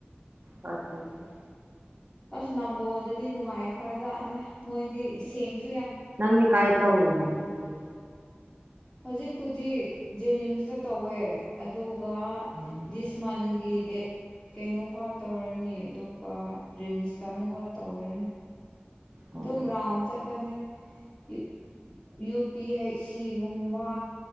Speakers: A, on the right; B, on the left.
A: ꯑꯆꯥ ꯆꯥ
B: ꯑꯁ ꯅꯝꯕꯣꯜꯗꯠ ꯗꯤ ꯅꯨꯡꯉꯥꯏ ꯈꯔꯖꯥꯠꯅꯦ ꯃꯣꯏꯗꯤ ꯁꯦꯡꯁ
A: ꯅꯪꯗꯤ ꯀꯥꯏ ꯇꯧꯔꯤ ꯅꯪ ꯎꯠꯀꯦꯝ
B: ꯍꯣꯖꯤꯛꯄꯨꯗꯤ ꯖꯦꯅꯤꯝꯁꯇ ꯇꯧꯋꯦ ꯑꯗꯨ ꯀ
A: ꯎꯝ
B: ꯗꯤꯁꯃꯟꯒꯤ ꯗꯦꯠ ꯀꯦꯅꯣ ꯐꯥꯎ ꯇꯧꯔꯅꯤ ꯑꯗꯨꯒ ꯔꯤꯝꯁꯇ ꯑꯃꯨꯒ ꯇꯧꯔꯅꯤ
A: ꯑꯣ
B: ꯗꯨꯝ ꯔꯥꯎꯟ ꯆꯠꯄꯅꯦ ꯏꯠ ꯌꯨ ꯄꯤ ꯍꯩꯆꯁꯤ ꯁꯤꯒꯨꯝꯕ